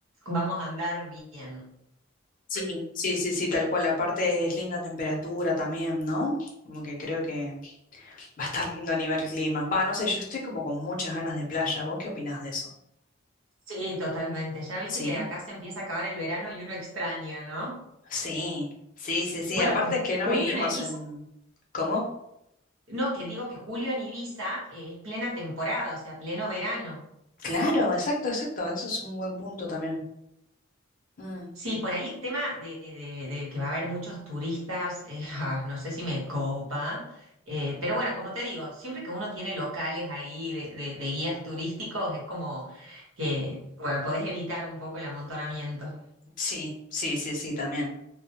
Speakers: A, on the right; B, on the left.
A: vamos a andar bien.
B: Sí, sí, sí, sí, tal cual. Aparte es linda temperatura también, ¿no? Como que creo que Va a estar lindo a nivel clima. Va, no sé, yo estoy como con muchas ganas de playa. ¿Vos qué opinás de eso?
A: Sí, totalmente. Ya viste
B: Sí,
A: que acá se empieza a acabar el verano y uno extraña, ¿no?
B: sí, sí, sí, sí.
A: Bueno,
B: Aparte
A: ¿y
B: es que no
A: Julio
B: vivimos
A: en Ibiza?
B: en... ¿Cómo?
A: No, que digo que julio en Ibiza eh, es plena temporada, o sea, pleno verano.
B: Claro, exacto, exacto. Eso es un buen punto también. Mm,
A: Sí, por ahí el tema de, de- de que va a haber muchos turistas, eh, <laughs> ah, no sé si me copa, eh, pero bueno, como te digo, siempre que uno tiene locales ahí de, de- de guías turísticos, es como que, bueno, podés evitar un poco el amontonamiento.
B: Sí, sí, sí, sí, también,